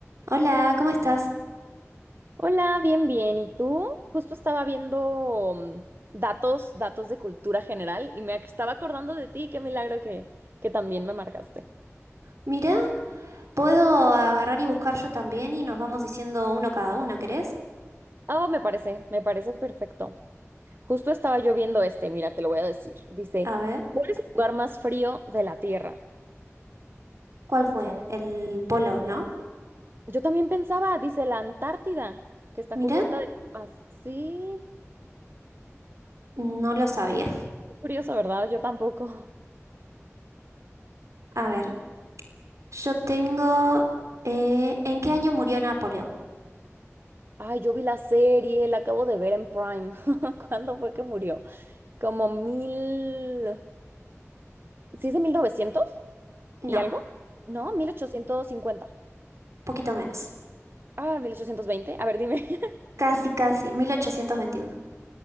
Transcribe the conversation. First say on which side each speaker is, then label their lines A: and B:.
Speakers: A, on the right (about 75°); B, on the right (about 45°).
A: Hola, ¿cómo estás?
B: Hola, bien, bien. ¿Y tú? Justo estaba viendo mm, datos, datos de cultura general y me ac- estaba acordando de ti. Qué milagro que, que también me marcaste.
A: Mirá, puedo agarrar y buscar yo también y nos vamos diciendo uno cada una, ¿querés?
B: Ah, me parece, me parece perfecto. Justo estaba yo viendo este, mira, te lo voy a decir. Dice,
A: A ver,
B: ¿cuál es el lugar más frío de la Tierra?
A: ¿cuál fue?
B: ¿Sabes?
A: El polo, ¿no?
B: Yo también pensaba, dice la Antártida, que está
A: Mirá,
B: cubierta de capas. Sí,
A: no lo sabía.
B: qué curioso, ¿verdad? Yo tampoco.
A: A ver, yo tengo... eh, ¿en qué año murió Napoleón?
B: Ay, yo vi la serie, la acabo de ver en Prime. <laughs> ¿Cuándo fue que murió? Como mil... ¿Sí es de novecientos
A: No,
B: y algo? No, mil ochocientos cincuenta
A: poquito menos.
B: Ah, mil ochocientos veinte A ver, dime. <laughs>
A: Casi, casi, 1821.